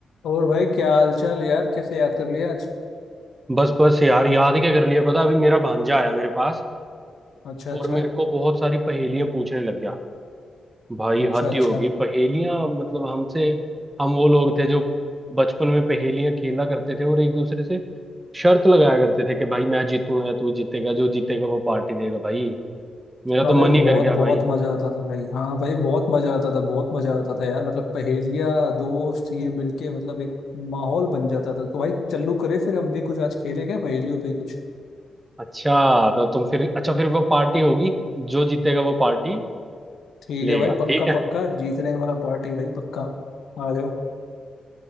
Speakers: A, on the left; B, on the right.
A: और भाई क्या हाल चाल यार कैसे याद कर लिया आज
B: बस बस यार याद क्या कर लिया पता अभी मेरा भांजा आया मेरे पास
A: अच्छा
B: और
A: अच्छा
B: मेरे को बहुत सारी पहेलियां पूछने लग गया भाई
A: अच्छा
B: हद
A: अच्छा
B: ही होगी पहेलियां मतलब हमसे हम वो लोग थे जो बचपन में पहेलियां खेला करते थे और एक दूसरे से शर्त लगाया करते थे कि भाई मैं जीतूंगा या तू जीतेगा जो जीतेगा वो पार्टी देगा भाई मेरा तो
A: अरे
B: मन ही
A: बहुत
B: कर गया
A: बहुत
B: भाई
A: मजा आता था भाई हाँ भाई बहुत मजा आता था बहुत मजा आता था यार मतलब पहेलियाँ दोस्त ये मिलके मतलब एक माहौल बन जाता था तो भाई चलू करे फिर हम भी कुछ आज खेले क्या पहेलियों पे ही कुछ
B: अच्छा तो तुम फिर अच्छा फिर वो पार्टी होगी जो जीतेगा वो पार्टी
A: ठीक
B: लेगा
A: है भाई पक्का
B: ठीक है
A: पक्का जीतने वाला पार्टी भाई पक्का आ जाओ